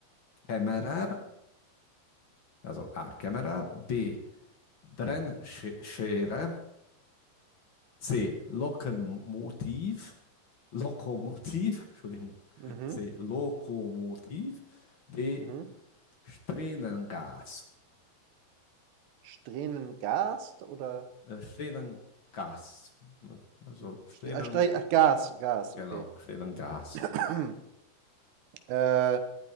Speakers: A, on the left; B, on the right.
A: Kämmerer, also A. Kämmerer, B. Brennschere, C. Lokomotiv. Lokomotiv. <laughs> Entschuldigung.
B: Mhm.
A: C. Lokomotiv. D.
B: Mhm.
A: Strähnengas.
B: Strähnengast oder
A: Äh, Strähnengas. Also Strähnen,
B: Stre- ah, Stre- ach, Gas, Gas,
A: genau,
B: okay.
A: Strähnengas.
B: <clears throat> Äh,